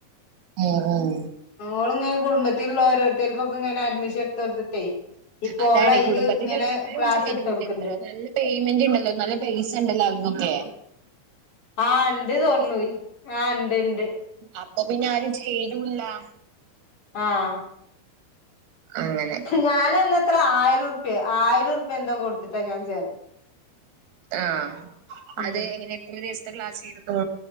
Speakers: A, on the right; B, on the left.
A: ഉം ഉം
B: ഓള് ഇങ്ങനെ കുടുംബത്തിലുള്ള ഓരോരുത്തർക്കൊക്കെ ഇങ്ങനെ അഡ്മിഷൻ ഇട്ത്തോട്ത്തിട്ടെ ഇപ്പോ
A: അതാണ്
B: ഓളയ്ല്
A: കുടുംബത്തിലുള്ളവരും
B: ഇങ്ങനെ ക്ലാസ്
A: ചേരൂല
B: ഇട്ത്ത് കൊടുക്ക്ണ്ട്.
A: ഇത്ര നല്ല പേയ്മെന്റ് ഇണ്ടല്ലോ നല്ല പൈസ ഇണ്ടല്ലോ അവരിക്കൊക്കെ
B: ആഹ് ഇണ്ട് തൊന്നുന്നു ആഹ് ഇണ്ട് ഇണ്ട്
A: അപ്പൊ പിന്നെ ആരും ചെരും ല്ലാ
B: ആഹ്
A: അങ്ങനെ
B: ഞാൻന്നത്ര ആയിരംറുപ്യ ആയിരം റുപ്യാ എന്തോ കൊടുത്തിട്ടാ ഞാൻ ചേർന്നെ
A: ആഹ്
B: ഉം
A: അത് എങ്ങനെ എത്ര ദിവസത്തെ ക്ലാസ്സേരുന്നു